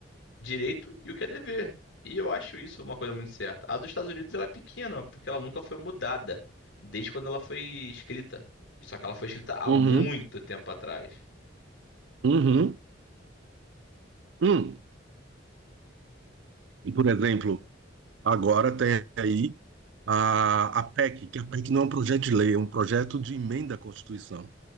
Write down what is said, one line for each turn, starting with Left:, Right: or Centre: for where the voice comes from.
Left: direito e o que é dever. E eu acho isso uma coisa muito certa. A dos Estados Unidos ela é pequena, porque ela nunca foi mudada desde quando ela foi escrita. Só que ela foi escrita há
Right: uhum,
Left: muito tempo atrás.
Right: uhum, uhum. E, por exemplo, agora tem aí a, a PEC, que a PEC não é um projeto de lei, é um projeto de emenda à Constituição.